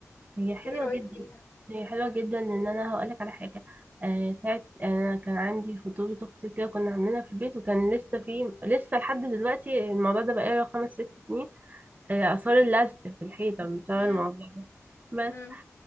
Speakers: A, on the right; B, on the left.
A: هي
B: انت
A: حلوة
B: ايه رايك
A: جدا
B: فيها
A: هي حلوة جدا ان انا هقولك على حاجة آه ساعة انا كان عندي خطوبة اختي كده كنا عاملينها في البيت وكان لسه في لسه لحد دلوقتي الموضوع ده بقاله خمس ست سنين آه آثار اللزق في الحيطة بسبب
B: امم
A: الموضوع ده بس
B: امم